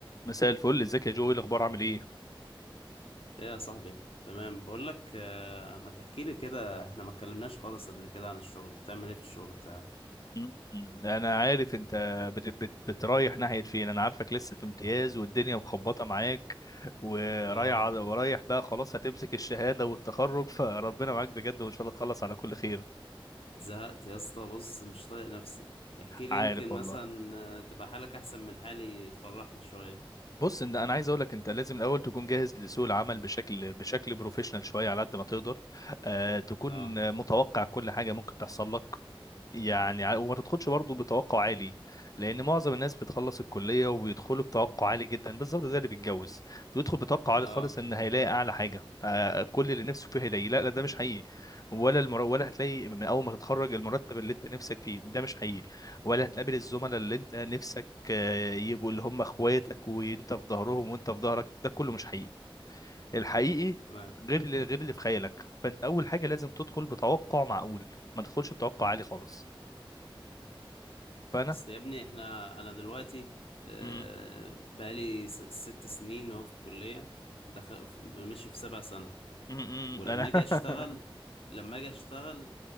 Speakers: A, on the left; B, on the left.
A: مساء الفل ازيك يا جو ايه الاخبار عامل ايه
B: ايه يا صاحبي تمام بقول لك آه، ما تحكي لي كده احنا ما اتكلمناش خالص قبل كده عن الشغل بتعمل ايه في الشغل بتاعك
A: مم. انا عارف انت بت بت بترايح ناحيه فين انا عارفك لسه في امتياز والدنيا مخبطه معاك ورايح
B: اه
A: على- ورايح بقى خلاص هتمسك الشهاده والتخرج فربنا معاك بجد وان شاء الله تخلص على كل خير
B: زهقت يا اسطى بص مش طايق نفسي احكي لي
A: عارف
B: يمكن
A: والله
B: مثلا آه، تبقى حالك احسن من حالي تفرحني شوية
A: بص انت انا عايز اقول لك انت لازم الاول تكون جاهز لسوق العمل بشكل بشكل بروفيشنال شويه على قد ما تقدر آه تكون
B: اه
A: متوقع كل حاجه ممكن تحصل لك يعني ع- وما تدخلش برضه بتوقع عالي لان معظم الناس بتخلص الكليه وبيدخلوا بتوقع عالي جدا بالظبط زي اللي بيتجوز بيدخل بتوقع عالي
B: اه
A: خالص ان هيلاقي اعلى حاجه آه كل اللي نفسه فيه هيلاقيه لا لا ده مش حقيقي ولا المر... ولا هتلاقي من اول ما تتخرج المرتب اللي انت نفسك فيه ده مش حقيقي ولا هتقابل الزملاء اللي انت نفسك آه، يبقوا اللي هم اخواتك وانت في ظهرهم وانت في ظهرك ده كله مش حقيقي الحقيقي
B: تمام
A: غير اللي غير اللي في خيالك فانت اول حاجه لازم تدخل بتوقع معقول ما تدخلش بتوقع عالي خالص فانا
B: اصل يا ابني احنا انا دلوقتي آه،
A: مم،
B: بقالي س- ست سنين اهو في الكلية دخل في- ماشي في سبع سنة
A: مم، مم،
B: ولما
A: انا <laughs>
B: اجي اشتغل لما اجي اشتغل